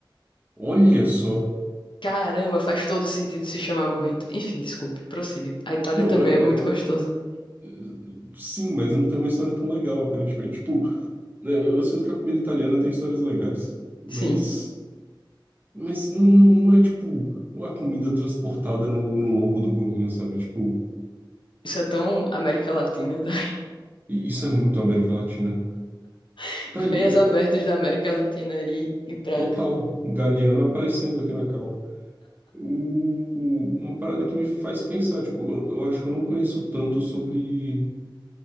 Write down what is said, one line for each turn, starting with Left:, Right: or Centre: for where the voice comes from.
Right: olha só.
Left: Caramba, faz todo sentido se chamar burrito. Enfim, desculpe, prossiga. A Itália
Right: Não,
Left: também
Right: a-
Left: é muito
Right: agora.
Left: gostosa.
Right: eh, Sim, mas não tem uma história tão legal, aparentemente. Tipo, né, eu, eu sinto que a comida italiana tem histórias legais, mas.
Left: Sim,
Right: Mas não, não não é tipo a comida transportada no, no lombo do burrinho, sabe? Tipo.
Left: isso é tão América Latina. tá?
Right: E Isso é muito América Latina.
Left: <laughs>
Right: Tá
Left: Veias
Right: aí,
Left: abertas
Right: eh,
Left: da América Latina aí em prática.
Right: total, Galeano aparecendo aqui na cal. O- uma parada que me faz pensar, tipo, eu, eu acho que eu não conheço tanto sobre